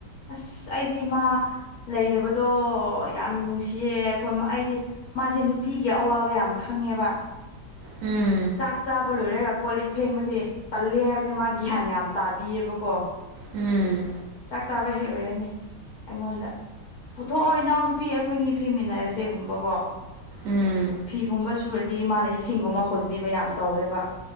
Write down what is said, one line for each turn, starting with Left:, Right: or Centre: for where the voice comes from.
Left: ꯑꯁ ꯑꯩꯗꯤ ꯃꯥ ꯂꯩꯗꯕꯗꯣ ꯌꯥꯝꯅ ꯅꯨꯡꯁꯤꯌꯦ ꯑꯩꯈꯣꯝ ꯑꯩꯗꯤ ꯃꯥꯁꯦ ꯅꯨꯄꯤꯒꯤ ꯑꯋꯥꯕ ꯌꯥꯝ ꯈꯪ ꯉꯦꯕ
Right: ꯎꯝ
Left: ꯆꯥꯛ ꯆꯥꯕ ꯂꯣꯏꯔꯒ ꯀꯣꯜ ꯂꯤꯛ ꯐꯦꯡꯕꯁꯦ ꯇꯜꯂꯦ ꯍꯥꯏꯕꯁꯦ ꯃꯥ ꯒ꯭ꯌꯥꯟ ꯌꯥꯝ ꯇꯥꯕꯤꯌꯦꯕꯀꯣ
Right: ꯎꯝ
Left: ꯆꯥꯛ ꯆꯥꯕ ꯍꯦꯛ ꯂꯣꯏꯔꯅꯤ ꯑꯩꯉꯣꯟꯗ ꯄꯨꯊꯣꯛꯑꯣ ꯏꯅꯥꯎꯅꯨꯄꯤ ꯑꯩꯈꯣꯏꯅꯤ ꯐꯦꯡꯃꯤꯟꯅꯔꯁꯦꯒꯨꯝꯕꯀꯣ
Right: ꯎꯝ ꯎꯝ
Left: ꯐꯤꯒꯨꯝꯕ ꯁꯨꯔꯗꯤ ꯃꯥꯅ ꯏꯁꯤꯡꯒꯨꯝꯕ ꯍꯣꯟꯕꯤꯕ ꯌꯥꯝ ꯇꯧꯋꯦꯕ